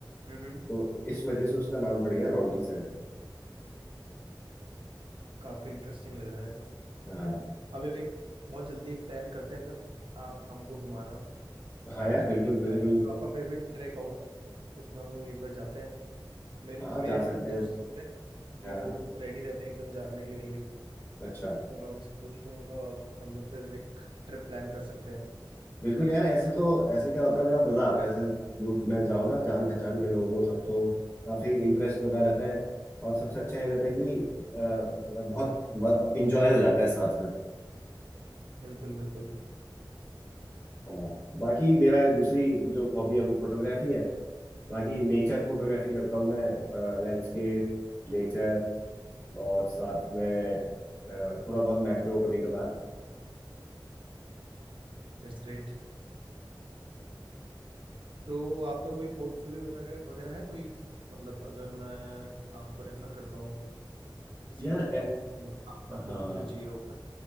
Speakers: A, on the right; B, on the left.
A: हम्म
B: तो इस वजह से उसका नाम पड़ गया रॉन्टी सैडल
A: काफी इंटरेस्टिंग लग रहा है
B: हाँ
A: अब एक बहुत जल्दी एक प्लान करते हैं फिर आप हमको घुमाना
B: हाँ
A: कोई
B: यार बिल्कुल
A: भी एक
B: बिल्कुल
A: ट्रैक जो आपका फेवरेट ट्रैक होगा उसमें हम लोग एक बार जाते हैं मेरे
B: हाँ
A: मेरे
B: जा
A: भी
B: सकते
A: कुछ
B: हैं
A: दोस्त लोग हैं जो
B: हाँ
A: रेडी रहते हैं एकदम जाने के लिए कहीं भी
B: अच्छा
A: तो मैं उनसे पूछ लूंगा और हम लोग फिर एक ट्रिप प्लान कर सकते हैं
B: बिल्कुल यार ऐसे तो ऐसे क्या होता है बड़ा मजा आता है ऐसे ग्रुप में जाओ ना जान पहचान के लोगों सब तो काफी इंटरेस्ट बना रहता है और सबसे अच्छा ये रहता
A: हम्म
B: है कि अ, बहुत इंजॉय हो जाता है साथ में
A: बिल्कुल बिल्कुल
B: हाँ, बाकी मेरा ये दूसरी जो हॉबी है वो फोटोग्राफी है बाकी नेचर फोटोग्राफी करता हूँ मैं लैंडस्केप नेचर और साथ में अ, थोड़ा बहुत मैक्रो कभी कभार
A: That's great तो आपका कोई पोर्टफोलियो वगैरह वगैरह है कोई मतलब अगर मैं आपको रेफर करता हूँ किसी
B: यार
A: को
B: ए,
A: तो मतलब आपका पोर्टफोलियो
B: हाँ
A: चाहिए होगा